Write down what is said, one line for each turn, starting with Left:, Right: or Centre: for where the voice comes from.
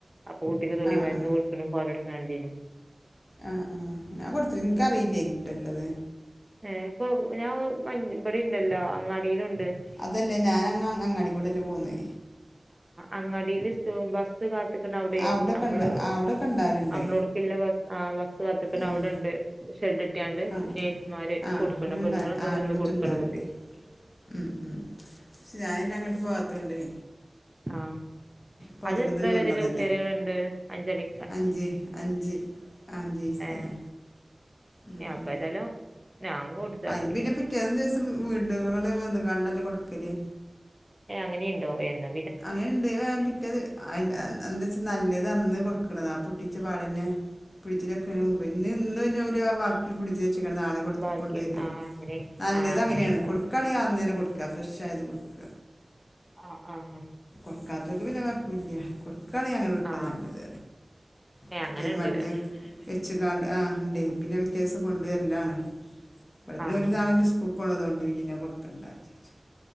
Right: അപ്പൊ കുട്ടിക്ക് തുള്ളിമരുന്ന്
Left: ആഹ് ആഹ്
Right: കൊട്ക്ക്ണ ഫോട്ടട്ക്ക്ണണ്ടിനി
Left: ആഹ് ആഹ്, ഞാൻ കൊടുത്തു. ഇന്ക്ക്‌ അറിയില്ലെനി ട്ടോ ഇല്ലത്
Right: ഏഹ്, ഇപ്പൊ ഞാൻ മ ഇബടിംണ്ടല്ലോ അങ്ങാടിലും
Left: അതല്ല, ഞാനങ്ങ് അങ്ങാടിക്കൂടെല്ലേ പൊന്നേ
Right: അങ്ങാടില് സ്റ്റോ ബസ്സ് കാത്ത്ക്ക്‌ണ അവിടെ,
Left: അവിടൊക്കെ
Right: നമ്മള്
Left: ഇണ്ട അവിടൊക്കെ ഇണ്ടാവലുണ്ട്
Right: നമ്മളോടുക്കില്ല ബസ് ആഹ് ബസ് കാത്ത്ക്ക്‌ണ
Left: ഉം
Right: അവിടെണ്ട് ഷെഡ് ടെട്ടാണ്ട്
Left: ആ
Right: നേഴ്സുമാര്
Left: ആ
Right: കൊടുക്ക്‌ണ്.
Left: അങ്ങണ്ട
Right: പെണ്ണ്ങ്ങള്ങ്ങ്
Left: ആ എല്ലോടത്തുണ്ടാവലുണ്ട്
Right: വന്ന് കൊടുക്ക്‌ണ്ട് കുട്ടിയെൾക്ക്‌
Left: ഉം, ഉം ഞാനിന്നങ്ങട്ട് പോവാത്തോണ്ടേ
Right: ആഹ്,
Left: പൊതുക്കന്ന്
Right: അത് എത്ര
Left: കയറണതല്ലേ
Right: വരെല്ലെ കുത്തിവെപ്പ്‌ വരേണ്ട് അഞ്ചണി
Left: അഞ്ച്, അഞ്ച്, ആഹ് അഞ്ച്യ്സരെ
Right: ഏഹ്
Left: ഉം,
Right: അപ്പ
Left: ഉം
Right: ഏതായാലും ഞാൻ കൊടുത്ത
Left: അയ്
Right: അപ്പൊ
Left: പിന്നെ പിറ്റേ ദിവസം വീടുകളിൽ വന്ന്കാണ്ടല്ലേ കൊടുക്കല്
Right: അങ്ങനിംണ്ടോ എന്നി
Left: അങ്ങനെണ്ട് അത് കഴിഞ്ഞ പിറ്റെ <unintelligible> എന്താച്ചാ നല്ലത് അന്ന് കൊടുക്ക്‌ണതാ പൊട്ടിച്ച പാടന്നെ ഫ്രിഡ്ജി അത് പിന്നെ ഓല് ബാക്കി ഫ്രിഡ്ജി ൽ വെച്ച് നളെ
Right: ബാക്കി
Left: കൊണ്ടുര,
Right: ആഹ് അങ്ങനെ
Left: നല്ലതങ്ങനെയാണ്
Right: ആഹ് അങ്ങനെയ്ക്കാരം
Left: കൊടുക്കണേ അന്നന്നെ കൊ ക്ക, ഫ്രഷായത് കൊടുക്ക.
Right: ആഹ് ആഹ് ആഹ്
Left: കൊടുക്കാത്തോല് പിന്നെ കൊയപ്പുല്ല കൊടുക്കാണെ അങ്ങനെ കൊടുക്കാ
Right: ആഹ്
Left: നല്ലത്
Right: ഏഹ്
Left: പിറ്റേന്ന്
Right: അങ്ങനെണ്ട്ല്ലേ
Left: മരുന്ന് വെച്ച്കാണ്ട് ആഹ് ഇണ്ടെ, പിന്നെ പിറ്റേ ദിവസം കൊണ്ട വരല്ലാണ്. ഇവിടെ പിന്നെ
Right: ആഹ്
Left: ഓല് രാവിലെ തന്നെ സ്കൂ ൾക്കൊണതോണ്ടെയ് പിന്നെ കൊടുക്കണ്ട വിചാരിച്ച്.